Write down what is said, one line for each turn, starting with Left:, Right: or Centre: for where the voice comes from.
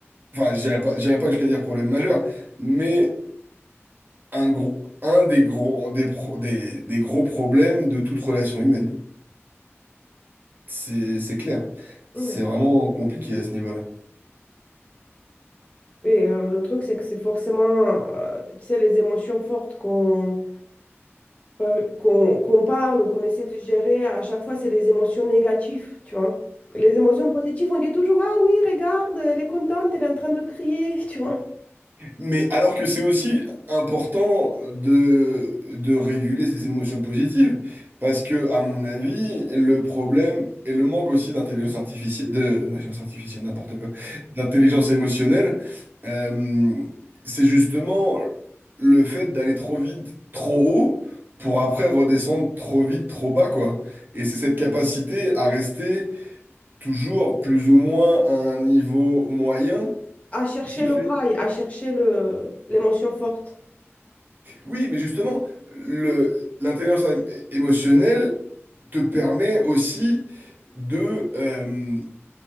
Right: enfin, je dirais pas, je dirais pas jusqu'à dire problème majeur, mais un gros, un des gros, des, pro- des, des gros problèmes de toute relation humaine. C'est, c'est clair. C'est
Left: oui.
Right: vraiment compliqué à ce niveau-là.
Left: Et euh, le truc, c'est que c'est forcément, euh, tu sais, les émotions fortes qu'on Ouais, qu'on qu'on parle ou qu'on essaie de gérer, à chaque fois, c'est les émotions négatives, tu vois. Les émotions positives, on dit toujours, ah oui, regarde, elle est contente, elle est en train de crier, <laughs> tu vois.
Right: Mais alors que c'est aussi important de, de réguler ses émotions positives, parce que, à mon avis, le problème et le manque aussi d'intelligence artificielle, de, d'intelligence artificielle, n'importe quoi, d'intelligence émotionnelle, euh, c'est justement le fait d'aller trop vite, trop haut, pour après redescendre trop vite, trop bas, quoi. Et c'est cette capacité à rester toujours plus ou moins à un niveau moyen
Left: À chercher
Right: qui fait
Left: le high, à chercher le, l'émotion forte.
Right: Oui, mais justement, le, l'intelligence é- émotionnelle te permet aussi de euh,